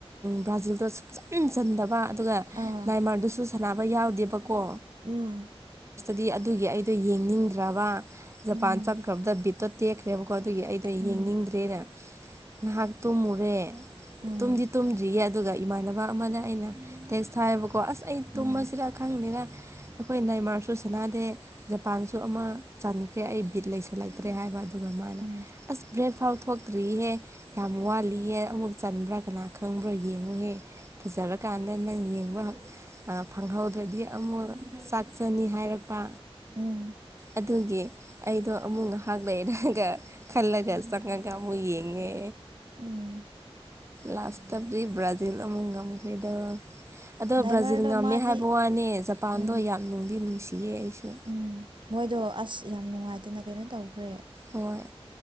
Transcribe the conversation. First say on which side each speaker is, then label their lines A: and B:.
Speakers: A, on the right (about 25°); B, on the right (about 50°).
A: ꯕ꯭ꯔꯥꯖꯤꯜꯗ ꯐꯆꯟ ꯆꯟꯗꯕ ꯑꯗꯨꯒ
B: ꯑꯥ
A: ꯅꯥꯏꯃꯔꯗꯨꯁꯨ ꯁꯥꯟꯅꯕ ꯌꯥꯎꯗꯦꯕꯀꯣ
B: ꯎꯝ
A: ꯗꯤ ꯑꯗꯨꯒꯤ ꯑꯩꯗꯣ ꯌꯦꯡꯅꯤꯡꯗ꯭ꯔꯕ ꯖꯄꯥꯟ
B: ꯎꯝ
A: ꯆꯪꯈ꯭ꯔꯕꯗ ꯕꯤꯠꯇꯣ ꯇꯦꯛꯈ꯭ꯔꯦꯕ ꯀꯣ ꯑꯗꯨꯒꯤ ꯑꯩꯗ
B: ꯎꯝ
A: ꯌꯦꯡꯅꯤꯡꯗ꯭ꯔꯦꯅ ꯉꯥꯏꯍꯥꯛꯇꯣ ꯃꯨꯔꯦ
B: ꯎꯝ
A: ꯇꯨꯝꯗꯤ ꯇꯨꯝꯗ꯭ꯔꯤꯌꯦ ꯑꯗꯨꯒ ꯏꯃꯥꯟꯅꯕ ꯑꯃꯅ ꯑꯩꯅ ꯇꯦꯛꯁ ꯊꯥꯏꯕꯀꯣ ꯑꯁ ꯑꯩ
B: ꯎꯝ
A: ꯇꯨꯝꯕꯁꯤꯗ ꯈꯪꯅꯤꯅ ꯑꯩꯈꯣꯏ ꯃꯦꯟꯃꯥꯔꯁꯨ ꯁꯥꯟꯅꯥꯗꯦ ꯖꯄꯥꯟꯁꯨ ꯑꯃ ꯆꯥꯟꯈ꯭ꯔꯦ ꯑꯩ ꯑꯩ ꯕꯤꯠ ꯂꯩꯁꯜꯂꯛꯇ꯭ꯔꯦ ꯍꯥꯏꯕ ꯑꯗꯨꯒ ꯃꯥꯅ
B: ꯎꯝ
A: ꯑꯁ ꯕ꯭ꯔꯦꯛ ꯐꯥꯎ ꯊꯣꯛꯇ꯭ꯔꯤꯍꯦ ꯌꯥꯝ ꯋꯥꯠꯂꯤꯍꯦ ꯑꯃꯨꯛ ꯆꯟꯕ꯭ꯔꯥ ꯀꯅꯥ ꯈꯪꯕ꯭ꯔꯣ ꯌꯦꯡꯉꯨꯍꯦ ꯐꯖꯔ ꯀ ꯇꯗ ꯌꯦꯡꯕ ꯐꯪꯍꯧꯗ꯭ꯔꯗꯤ ꯑꯃꯨꯛ ꯆꯥꯛ ꯆꯅꯤ ꯍꯥꯏꯔꯛꯄ
B: ꯎꯝ
A: ꯑꯗꯨꯒꯤ ꯑꯩꯗꯣ ꯑꯃꯨꯛ ꯉꯥꯏꯍꯥꯛ ꯂꯩꯔꯒ ꯈꯜꯂꯒ ꯆꯪꯉꯒ ꯑꯃꯨꯛ ꯌꯦꯡꯉꯦ
B: ꯎꯝ
A: ꯂꯥꯁꯇ ꯑꯕꯗꯤ ꯕ꯭ꯔꯥꯖꯤꯜ ꯑꯃꯨ ꯉꯝꯈꯩꯗ ꯑꯗꯣ
B: ꯅꯥꯏꯃꯔꯗꯣ
A: ꯕ꯭ꯔꯥꯖꯤꯜ ꯉꯝꯃꯦ
B: ꯃꯥꯗꯤ
A: ꯍꯥꯏꯕ ꯋꯥꯅꯦ ꯖꯄꯥꯟꯗꯣ
B: ꯎꯝ
A: ꯌꯥꯝ ꯅꯨꯡꯗꯤ ꯅꯨꯡꯁꯤꯌꯦ ꯑꯩꯁꯨ
B: ꯎꯝ ꯃꯣꯏꯗꯣ ꯑꯁ ꯌꯥꯝ ꯅꯨꯡꯉꯥꯏꯇꯅ ꯀꯩꯅꯣ ꯇꯧꯈ꯭ꯔꯦ
A: ꯍꯣꯏ